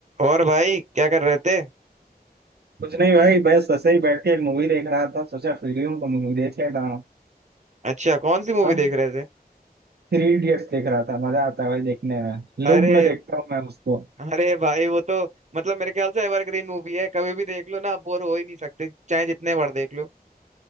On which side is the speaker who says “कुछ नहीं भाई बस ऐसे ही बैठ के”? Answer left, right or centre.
Right